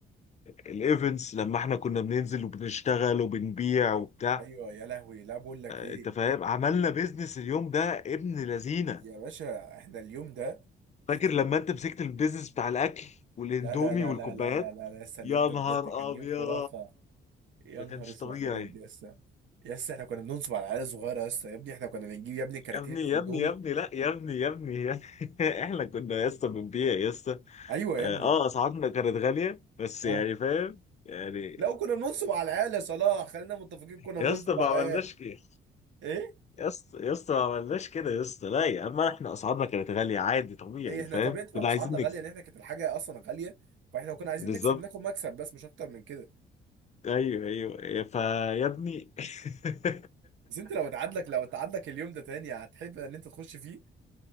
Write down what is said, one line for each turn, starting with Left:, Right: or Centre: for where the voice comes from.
Left: الإيفنتس لما إحنا كنا بننزل وبنشتغل وبنبيع وبتاع
Right: ايوه يا لهوي لا بقول لك
Left: آه،
Right: ايه
Left: أنت فاهم عملنا بيزنس اليوم ده ابن لذينة
Right: يا باشا احنا اليوم ده
Left: فاكر
Right: احنا في
Left: لما أنت مسكت البيزنس بتاع الأكل والإندومي
Right: لا لا لا
Left: والكوبايات
Right: لا لا لا لا لا، لسه اليوم
Left: يا
Right: ده
Left: نهار
Right: بجد كان
Left: أبيض
Right: يوم خرافة يا
Left: ما
Right: نهار
Left: كانش
Right: اسود
Left: طبيعي
Right: بجد لسه لسه احنا كنا بننصب على العيال الصغيرة لسه يا ابني احنا كنا بنجيب يا ابني كراتين
Left: يا ابني
Right: الاندومي
Left: يا ابني يا ابني لا يا ابني يا ابني يا ابني. <laughs> احنا كنا يا اسطى بنبيع يا اسطى
Right: ايوه
Left: اه
Right: يا ابني
Left: آه، اسعارنا كانت غاليه بس
Right: اه
Left: يعني فاهم يعني
Right: لو كنا بننصب على العيال يا صلاح خلينا متفقين كنا
Left: يا
Right: بننصب
Left: اسطى ما
Right: على
Left: عملناش
Right: العيال
Left: كده
Right: ايه
Left: يا اسطى يا اسطى ما عملناش كده يا اسطى لا يا عم احنا اسعارنا كانت غاليه عادي طبيعي
Right: ايه احنا
Left: فاهم
Right: طبيعة بقى
Left: كنا
Right: اسعارنا
Left: عايزين نكسب
Right: غالية ان احنا كانت الحاجة اصلا غالية فاحنا لو كنا عايزين
Left: بالظبط
Right: نكسب ناخد مكسب بس مش اكتر من كده
Left: ايوه ايوه فيا ابني <laughs>
Right: بس انت لو اتعادلك لو اتعادلك اليوم ده تاني هتحب ان انت تخش فيه